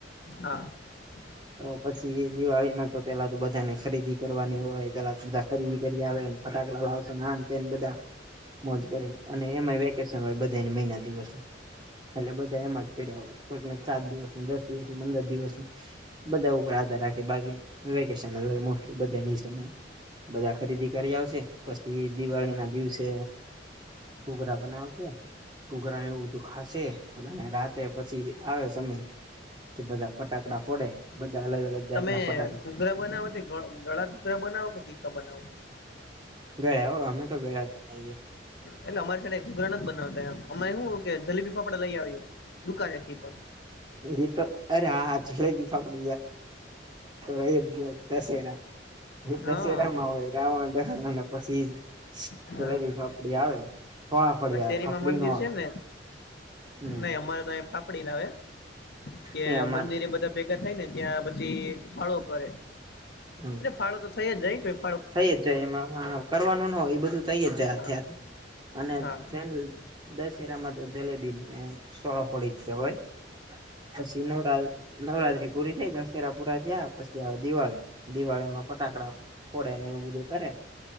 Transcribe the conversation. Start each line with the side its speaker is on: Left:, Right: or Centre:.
Left: હા <inaudible>
Right: તો પછી એ દિવાળીમાં તો પેલા ત બધાને ખરીદી કરવાની હોય પેલા બધા ખરીદી કરી આવે. ફટાક લાવશો નામ તેને બધા. મોજ કરી અને એમાં વેકેશન હોય બધાને મહિના દિવસ. એટલે બધા એમાં જ પેડ્યા હોય કોકને ચત દિવસ નું દસ દિવસ ન પંદર દિવસ નું. બધા ઉપર આધાર રાખે બાકી વેકેશન. બધા ખરીદી કરી આવશે, પછી દિવાળી ના દિવસે ઘૂઘરા બનાવ છે. ઘૂઘરા એવું બધું ખાશે અને રાતે પછી આવે સમય. કે બધા ફટાકડા ફોડે બધા અલગ અલગ જાતના
Left: તમે
Right: ફટાકડા
Left: ઘૂઘરા બનાવો કે ગળા ઘૂગરા બનાવો કે તીખા બનાવો.
Right: ગળ અમે તો ગળા જઈએ.
Left: એટલે અમારી સા ઘૂઘરા ન જ બનાવતામ અમામે શું કે જલેબી ફાપડા લઈ આવીએ. દુકાને થી પણ.
Right: એ તો અરે આ જલેબી ફાકડ હે ગય દશેરા. એ
Left: હા
Right: બશેરામાં હોય રામ. પછી
Left: હા
Right: જલેબી ફાફડી આવે ફળફળી આવે
Left: શેરીમાં
Right: ફાફડી
Left: મંદિર
Right: ન આવે.
Left: છે ને
Right: હમ
Left: નહી અમારે તો અહી પાપડી લાવે કે
Right: નહી અમારે
Left: મંદિર બધા. ભેગા થાય ને ત્યાં પછી ખાળો કરે.
Right: હમ.
Left: ફાળો તો થયા જાયઈ
Right: થઈ જ જાય એમાં કરવાનું ના હોય એ બધું થઈ જ જાય
Left: હા
Right: અને
Left: હા
Right: જે દશેરામાં તો જલેબી ને સોળ ફળ છે હોય પસીનો રાજ નવરાત્રી પૂરી થઈ દશેરા પૂરા થયા પછી આવે દિવાળી દિવાળીમાં ફટાકડા પડે ને એવું બધું કરે